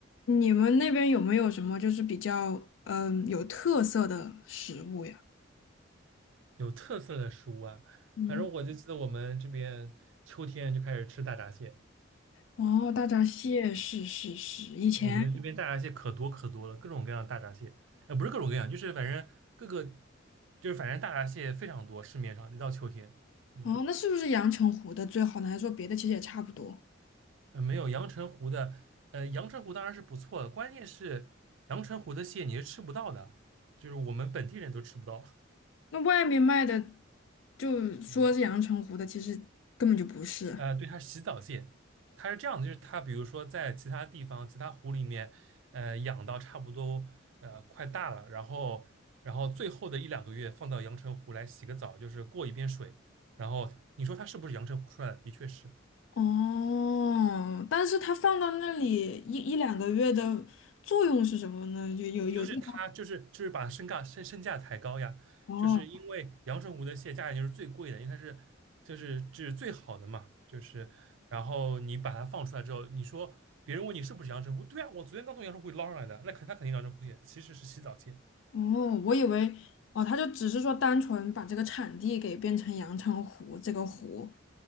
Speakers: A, on the left (about 70°); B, on the right (about 70°).
A: 你们那边有没有什么就是比较嗯有特色的食物呀？
B: 有特色的食物啊，
A: 嗯，
B: 反正我就记得我们这边秋天就开始吃大闸蟹，
A: 哦，大闸蟹是是是，以前
B: 我们这边大闸蟹可多可多了，各种各样的大闸蟹，哎，不是各种各样，就是反正各个，就是反正大闸蟹非常多，市面上一到秋天，嗯，
A: 哦，那是不是阳澄湖的最好呢？还是说别的其实也差不多？
B: 呃，没有阳澄湖的，呃，阳澄湖当然是不错的，关键是阳澄湖的蟹你是吃不到的，就是我们本地人都吃不到。<laughs>
A: 那外面卖的就说是阳澄湖的，
B: 嗯
A: 其实根本就不是。
B: 呃，对，它是洗澡蟹，它是这样的，就是它比如说在其他地方、其他湖里面，呃，养到差不多呃快大了，然后然后最后的一两个月放到阳澄湖来洗个澡，就是过一遍水，然后你说它是不是阳澄湖出来的？的确是，
A: 哦，但是它放到那里一一两个月的作用是什么呢？有有有地方
B: 就是它就是就是把身价身身价抬高呀，
A: 哦。
B: 就是因为阳澄湖的蟹价钱就是最贵的，因为它是就是就是最好的嘛，就是然后你把它放出来之后，你说别人问你是不是阳澄湖，对啊，我昨天刚从阳澄湖里捞上来的，那肯他肯定阳澄湖蟹，其实是洗澡蟹，
A: 哦，我以为哦，他就只是说单纯把这个产地给变成阳澄湖这个湖。